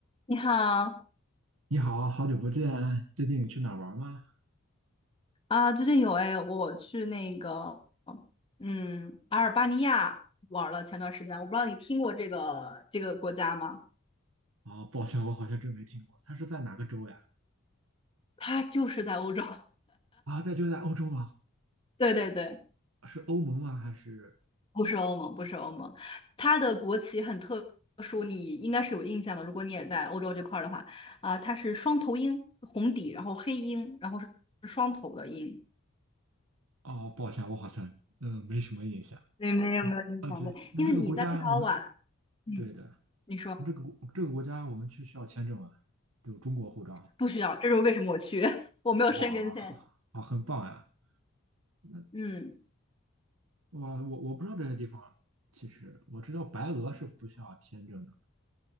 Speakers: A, on the left; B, on the right.
A: 你好
B: 你好，好久不见，最近你去哪儿玩吗？
A: 啊，最近有哎，我去那个，嗯，阿尔巴尼亚玩了前段时间，我不知道你听过这个这个国家吗？
B: 哦，抱歉，我好像真没听过，它是在哪个州呀？
A: 它就是在欧洲，
B: 啊，在就在欧洲吗？
A: <laughs> 对对对，
B: 是欧盟吗？还是……
A: 不是欧盟，不是欧盟，它的国旗很特殊，你应该是有印象的，如果你也在欧洲这块儿的话，啊，它是双头鹰，红底，然后黑鹰，然后是是双头的鹰。
B: 哦，抱歉，我好像嗯没什么印象。
A: 对，没有没有印象的对，
B: 嗯，而且那这个国家我们
A: 因为你在立陶宛，嗯，
B: 对的，
A: 你说
B: 那这个国这个国家我们去需要签证啊，有中国护照。
A: 不需要，这是为什么我去，<laughs> 我没有申根签。
B: 哇，很啊很棒呀！那
A: 嗯，
B: 我我我不知道这些地方，其实我知道白俄是不需要签证的，